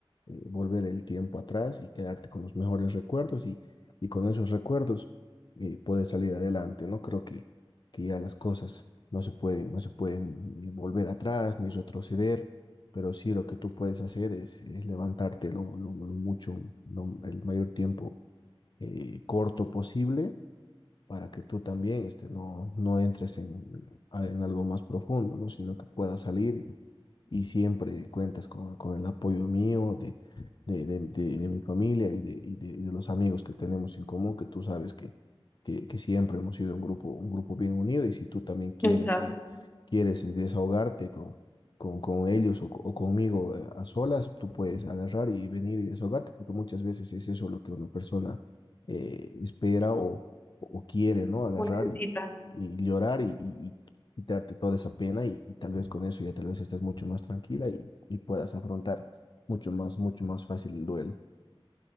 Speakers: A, on the left (about 50°); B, on the left (about 20°).
A: eh, volver el tiempo atrás y quedarte con los mejores recuerdos y, y con esos recuerdos eh, puedes salir adelante, ¿no? Creo que, que ya las cosas no se pueden, no se pueden eh, volver atrás ni retroceder, pero sí lo que tú puedes hacer es, es levantarte lo, lo- lo mucho, lo- el mayor tiempo eh, corto posible para que tú también este, no, no entres en, en algo más profundo, ¿no? Sino que puedas salir y siempre cuentas con, con el apoyo mío, de, de, de, de- de mi familia y de, y de, y de los amigos que tenemos en común, que tú sabes que, que, que siempre hemos sido un grupo, un grupo bien unido y si tú también quieres,
B: Exacto.
A: eh, quieres eh, desahogarte con... Con, con ellos o, o conmigo eh, a solas, tú puedes agarrar y venir y desahogarte, porque muchas veces es eso lo que una persona eh, espera o, o quiere, ¿no? Agarrar
B: lo necesita.
A: y, y llorar y, y, y quitarte toda esa pena y, y tal vez con eso ya tal vez estés mucho más tranquila y, y puedas afrontar mucho más, mucho más fácil el duelo.